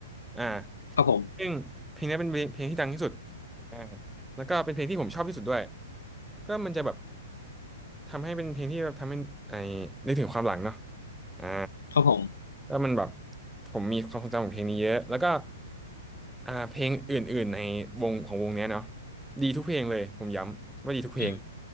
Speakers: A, in the centre; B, on the left (about 80°).
A: อ่า
B: ครับผม
A: ซึ่งเพลงนี้เป็นเพลงเพลงที่ดังที่สุดอ่าแล้วก็เป็นเพลงที่ผมชอบที่สุดด้วยก็มันจะแบบ ทำให้เป็นเพลงที่แบบทำให้ไอ้นึกถึงความหลังเนาะอ่า
B: ครับผม
A: แล้วมันแบบผมมีความทรงจำของเพลงนี้เยอะแล้วก็อ่าเพลงอื่นๆในวงของวงเนี้ยเนาะดีทุกเพลงเลยผมย้ำว่าดีทุกเพลง
B: อืม